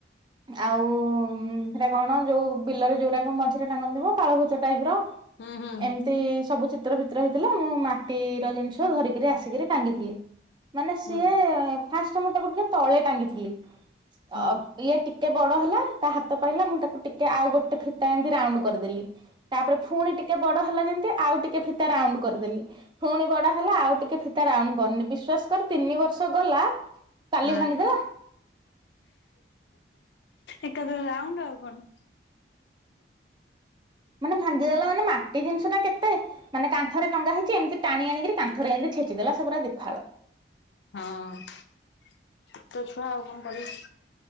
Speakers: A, on the right; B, on the left.
A: ଆଉ ସେଟ କଣ ଯୋଉ ବିଲରେ ଯୋଉଡା ମଝିରେ ଟାଙ୍ଗନ୍ତିଥିବ ପାଳଭୂତ ଟାଇପ ର।
B: ହୁଁ ହୁଁ ହୁଁ
A: ଏମିତି ସବୁ ସି ଚିତ୍ର ଫିତ୍ର ହେଇଥିଲା ମୁଁ ମାଟିର ଜିନିଷ ଧରିକିରି ଆସିକିରି ଟାଙ୍ଗିଥିଲି। ମାନେ ସିଏ
B: ହୁଁ
A: ଫାଷ୍ଟ ମୁଁ ତାକୁ ଟିକେ ତଳେ ଟାଙ୍ଗିଥିଲି
B: ହୁଁ
A: ଆ ଇଏ ଟିକେ କେତେ ବଡ ହେଲା ତା ହାତ ପାଇଲା ମୁଁ ତା ତାକୁ ଟିକେ ଆଉ ଗୋଟେ ଫିତା ଏମିତି ରାଉଣ୍ଡ କରିଦେଲି। ତାପରେ ଫୁଣି ଟିକେ ବଡ ହେଲା ଯେମତି ଆଉ ଟିକେ ଫିତା ରାଉଣ୍ଡ କରିଦେଲି ଫୁଣି ବଡ ହେଲା ଆଉ ଟିକେ ଫିତା ରାଉଣ୍ଡ କରନି ବିଶ୍ଵାସ କର ତିନି ବର୍ଷ ଗଲା କାଲି
B: ହଁ।
A: ଭାଙ୍ଗିଦେଲା।
B: ଏକାଥରେ ରାଉଣ୍ଡ ଆଉ କଣ?
A: ମାନେ ଭାଙ୍ଗିଗଲା ମାନେ ମାଟି ଜିନିଷ ନେ ମାଟି ଜିନିଷ ଟା କେତେ, କାନ୍ଥ ଟା କେତେ ମାନେ କାନ୍ଥରେ ଟଙ୍ଗା ହେଇଛି ଏମିତି ଟାଣି ଆଣିକରି କାନ୍ଥରେ ଏମିତି ଛେଚିଦେଲା ସେ ପୁରା ଦିଫାଳ।
B: ହଁ ଛୋଟ ଛୁଆ ଆଉ କଣ କରିବ?